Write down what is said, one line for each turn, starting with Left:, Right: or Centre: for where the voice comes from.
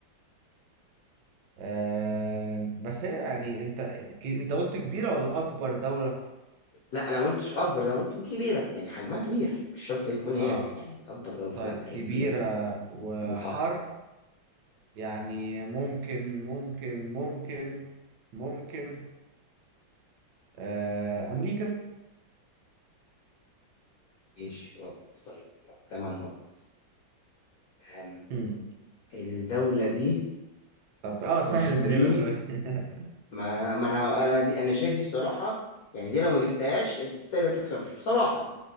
Right: آه بس هي يعني انت ك- انت قلت كبيرة ولا اكبر دولة
Left: لا انا ما قلتش اكبر ده انا قلت كبيره يعني حجمها كبير مش شرط تكون هي
Right: اه
Left: ك- يعني اكبر دوله
Right: طيب
Left: لا
Right: كبيرة
Left: هي كبيره
Right: وحر
Left: وحر
Right: يعني ممكن ممكن ممكن ممكن آه أمريكا
Left: ماشي غلط طيب ثمان نقط أم،
Right: مم.
Left: الدوله دي
Right: طب اه سهل
Left: مشهورين
Right: الدنيا بقى شوية <laughs>
Left: ما ما انا انا دي انا شايف دي بصراحه يعني دي لو ما جبتهاش انت تستاهل ما تكسبش بصراحه